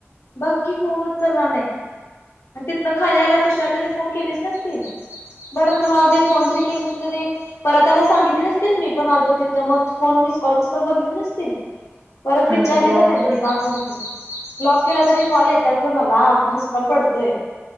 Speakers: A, on the left; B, on the right.
A: बगं की फोन उचलला नायं. आणि तिथन खाली आल्यावर तुशार त्याने फोन केलेच नसतील. बर रावदे दे फोन जरी केल नसलं तरी परवा त्याला सांगितल नाहीस मी पण आलतो तिथं मग फोन मी मिस कॉल बिस कॉल बघितले नसतील परत
B: खरं
A: विचारलं
B: तर ब्लॉक
A: पण नाई त्यानी
B: आहे.
A: का फोन के ब्लॉक केला तरी कॉल येत्यात ग मला मिसकॉल पडतोय.